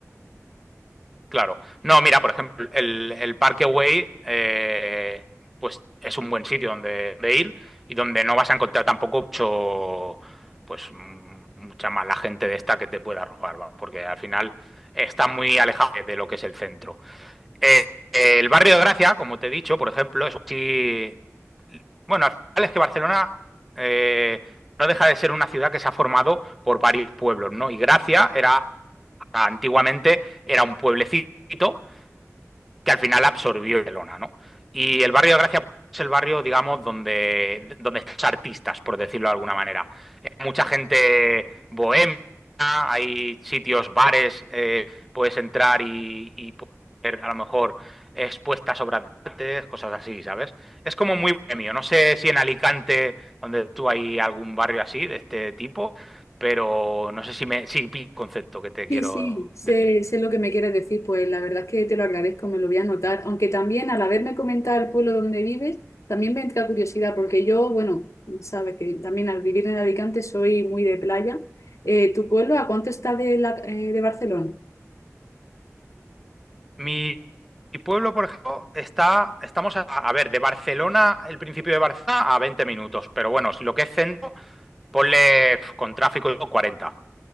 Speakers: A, in the centre; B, on the left.
A: Claro. No, mira, por ejemplo, el, el Parkway, eh, pues es un buen sitio donde, donde ir y donde no vas a encontrar tampoco mucho, pues mm, mucha mala gente de esta que te pueda robar, va, Porque al final está muy alejado de lo que es el centro. Eh, el barrio de Gracia, como te he dicho, por ejemplo, es sí- Bueno, al final es que Barcelona eh, no deja de ser una ciudad que se ha formado por varios pueblos, ¿no? Y Gracia era, antiguamente, era un pueblecito que al final absorbió Barcelona, ¿no? Y el barrio de Gracia es el barrio, digamos, donde, donde están los artistas, por decirlo de alguna manera. Eh, mucha gente bohemia, hay sitios, bares, eh, puedes entrar y, y puedes ver a lo mejor expuestas obras de arte, cosas así, ¿sabes? Es como muy bohemio. No sé si en Alicante, donde tú hay algún barrio así, de este tipo, pero no sé si me, si pillo el concepto que te
B: Sí,
A: quiero
B: sí, sé,
A: decir.
B: sé lo que me quieres decir, pues la verdad es que te lo agradezco, me lo voy a anotar, aunque también al haberme comentado el pueblo donde vives, también me entra curiosidad, porque yo, bueno, sabes que también al vivir en Alicante soy muy de playa. Eh, ¿tu pueblo a cuánto está de, la, eh, de Barcelona?
A: Mi, mi pueblo, por ejemplo, está, estamos a, a ver, de Barcelona, el principio de Barcelona, a 20 minutos, pero bueno, si lo que es centro, ponle pf, con tráfico y cuarenta